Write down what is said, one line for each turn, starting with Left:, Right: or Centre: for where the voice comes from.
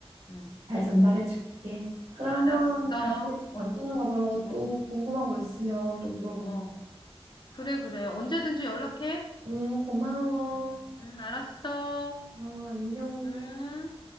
Left: 음,
Right: 잘 전달해줄게. 그러면
Left: 알았어.
Right: 다음에
Left: 언,
Right: 바꾸는 거 그런 것도
Left: 어,
Right: 궁금한 거 있으면 또 물어볼게.
Left: 어. 그래, 그래. 언제든지 연락해.
Right: 응, 고마워.
Left: 음, 음, 알았어.
Right: 어, 안녕.
Left: 음.